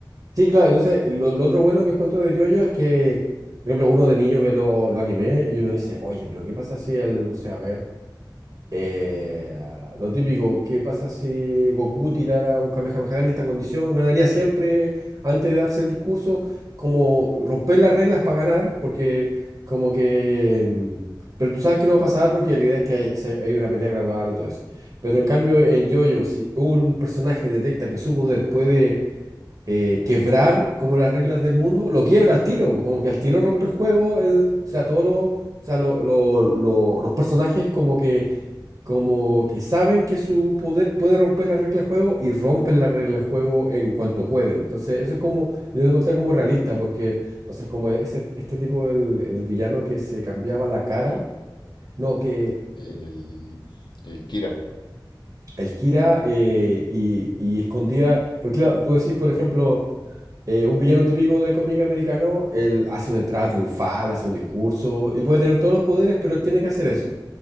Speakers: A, on the right; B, on the left.
A: Sí, claro, entonces lo, lo otro bueno que encuentro de JoJo es que, por ejemplo, uno de niño ve los lo los animes y uno dice, oye, pero ¿qué pasa si el, no sé, a ver. Eh, lo típico, ¿qué pasa si Goku tirara un Kamehameha en esta condición? Ganaría siempre antes de darse el discurso, como romper las reglas para ganar, porque como que... mm, Pero tú sabes que no va a pasar porque la idea es que hay, se- hay una pelea gradual y todo eso. Pero en cambio en JoJo, si un personaje detecta que su poder puede eh, quebrar como las reglas del mundo, lo quiebra al tiro, po, como que al tiro rompe el juego, el, o sea, todos los... O sea, lo- lo- lo- los personajes como que como que saben que su poder puede romper las reglas de juego y rompen las reglas de juego en cuanto pueden. Entonces, eso es como, yo lo encontré como realista, porque, no sé, como este, este tipo, el, el villano que se cambiaba la cara, no, que
B: el, el Kira.
A: el Kira eh, y, y escondía, porque claro, tú decís, por ejemplo, eh, un villano típico de cómic americano, él hace una entrada triunfal, hace un discurso y puede tener todos los poderes, pero él tiene que hacer eso.